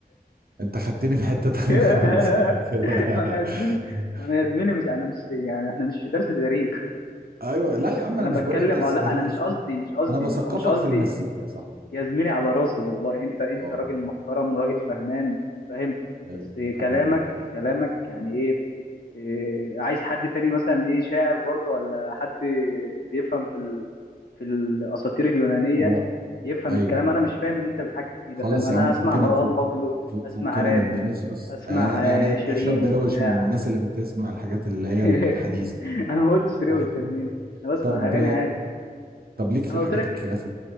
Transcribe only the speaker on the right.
أنت خدتني في حتة تانية
<laughs> خالص فجأة كده
<laughs>
أيوه لا يا عم
أنا مش
بقول لك درس
تاريخ
أنا بثقفك
في المزيكا يا صاحبي
أه
أيوه حبيبي
هو
أيوه
خلاص
يا عم
فكنا
فك
فك-
فكنا
من فينيسيوس
يعني, يعني
انت
شاب روش
من الناس اللي بتسمع الحاجات اللي هي
الحديثة
صح
كده
طب
طب ليك في
الحاجات
الكلاسيك